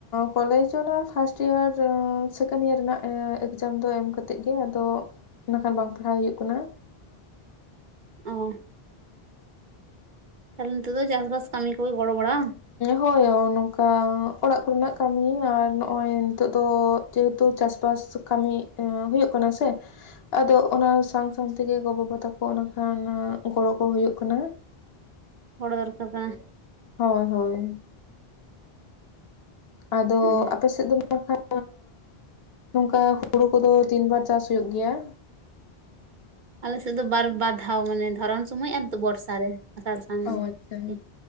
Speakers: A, on the left (about 70°); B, on the right (about 55°).
A: ᱠᱚᱞᱮᱡᱽ ᱚᱱᱟ ᱯᱷᱟᱥᱴ ᱤᱭᱟᱨ ᱥᱮᱠᱮᱱᱰ ᱤᱭᱟᱨ ᱨᱮᱱᱟᱜ ᱮ ᱡᱟᱢ ᱫᱚ ᱮᱢ ᱠᱟᱛᱮᱜ ᱜᱮ ᱟᱫᱚ ᱱᱟᱜᱠᱷᱟᱱ ᱵᱟᱝ ᱯᱟᱲᱦᱟᱣ ᱦᱩᱭᱩᱜ ᱠᱟᱱᱟ
B: ᱚᱸ ᱛᱟᱦᱞᱮ ᱱᱤᱛᱚᱜ ᱫᱚ ᱪᱟᱥ ᱵᱟᱥ ᱠᱟᱹᱢᱤ ᱠᱚ ᱜᱮ ᱜᱚᱲᱚ ᱵᱟᱲᱟ
A: ᱦᱳᱭ ᱱᱚᱝᱠᱟ ᱚᱲᱟᱜ ᱠᱚ ᱨᱮᱱᱟᱜ ᱠᱟᱹᱢᱤ ᱟᱨ ᱱᱚᱜᱼᱚᱭ ᱱᱤᱛᱚᱜ ᱫᱚ ᱡᱮᱦᱮᱛᱩ ᱪᱟᱥ ᱵᱟᱥ ᱠᱟᱹᱢᱤ ᱦᱩᱭᱩᱜ ᱠᱟᱱᱟ ᱥᱮ
B: <inaudible>
A: ᱟᱫᱚ ᱚᱱᱟ ᱥᱟᱝ ᱥᱟᱝ ᱛᱮ ᱜᱮ ᱜᱚ ᱵᱟᱵᱟ ᱛᱟᱠᱚ ᱱᱟᱜ ᱠᱷᱟᱱ ᱜᱚᱲᱚ ᱠᱚ ᱦᱩᱭᱩᱜ ᱠᱟᱱᱟ
B: ᱦᱳᱲᱳ ᱨᱟᱠᱟᱵ ᱵᱟ
A: ᱦᱚᱭ ᱦᱳᱭ ᱟᱫᱚ
B: ᱦᱩᱸ
A: ᱟᱯᱮ ᱥᱮᱫ ᱫᱚ <inaudible> ᱠᱷᱟᱱ ᱱᱚᱝᱠᱟ ᱦᱳᱲᱳ ᱠᱚ ᱫᱚ ᱛᱤᱱ ᱵᱟᱨ ᱪᱟᱥ ᱦᱩᱭᱩᱜ ᱜᱮᱭᱟ
B: ᱟᱞᱮ ᱥᱮᱫ ᱫᱚ ᱵᱟᱨ ᱵᱟᱨ ᱫᱷᱟᱣ ᱢᱟᱱᱮ ᱫᱷᱚᱨᱚᱱ ᱥᱳᱢᱚᱭ ᱟᱨ ᱵᱚᱨᱥᱟ ᱨᱮ ᱟᱥᱟᱲ ᱥᱟᱱ
A: ᱚ ᱟᱪᱪᱷᱟ
B: ᱟᱨᱠᱤ᱾